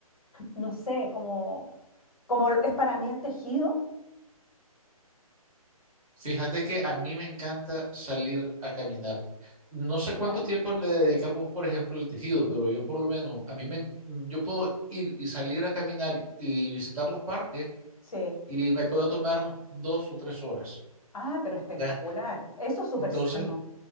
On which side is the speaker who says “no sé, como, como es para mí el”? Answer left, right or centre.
Left